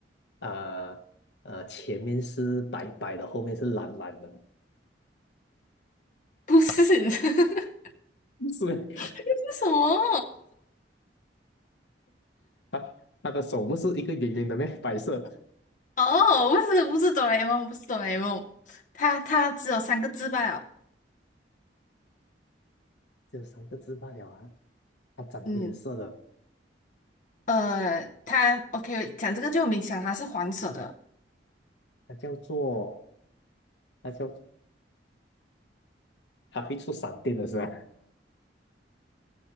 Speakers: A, on the left (about 70°); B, on the left (about 45°).
A: 呃呃前面是白白的，后面是蓝蓝的？
B: 不是？<laughs> 这
A: <laughs> 是
B: 是什么？
A: 它它的手不是一个圆圆的咩？白色。
B: 哦，不是，不是哆啦 A 梦，不是哆啦 A 梦，它它只有三个字罢了。
A: 只有三个字罢了啊！它长什么颜色的？
B: 嗯，呃，它 OK，讲这个就有明显它是黄色的。
A: 它叫做它叫它会出闪电的是吧